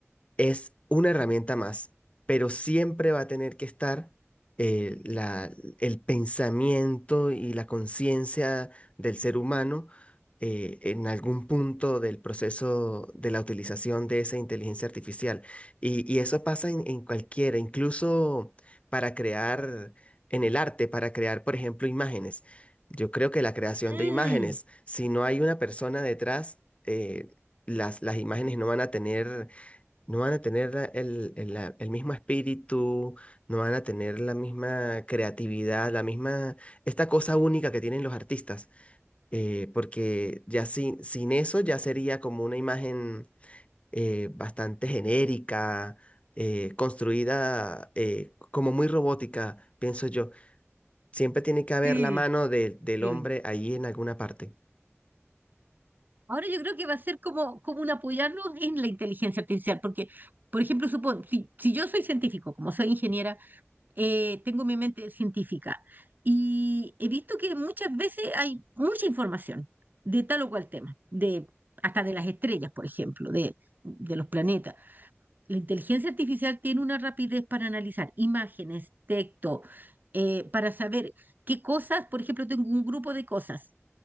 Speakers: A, on the left; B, on the right.
A: es una herramienta más, pero siempre va a tener que estar eh, la- el pensamiento y la conciencia del ser humano eh, en algún punto del proceso de la utilización de esa inteligencia artificial. Y, y eso pasa en, en cualquiera, incluso para crear en el arte, para crear, por ejemplo, imágenes. Yo creo que la creación
B: Mm,
A: de imágenes, si no hay una persona detrás, eh, las, las imágenes no van a tener no van a tener la- el, el- la- el mismo espíritu, no van a tener la misma creatividad, la misma, esta cosa única que tienen los artistas, eh, porque ya sin, sin eso ya sería como una imagen eh, bastante genérica, eh, construida eh, como muy robótica, pienso yo. Siempre tiene que haber
B: sí.
A: la mano de- del
B: Sí.
A: hombre ahí en alguna parte.
B: Ahora yo creo que va a ser como, como un apoyarnos en la inteligencia artificial, porque, por ejemplo, supón, si, si yo soy científico, como soy ingeniera, eh, tengo mi mente científica y he visto que muchas veces hay mucha información de tal o cual tema, de, hasta de las estrellas, por ejemplo, de, de los planetas. La inteligencia artificial tiene una rapidez para analizar imágenes, texto, eh, para saber qué cosas, por ejemplo, tengo un grupo de cosas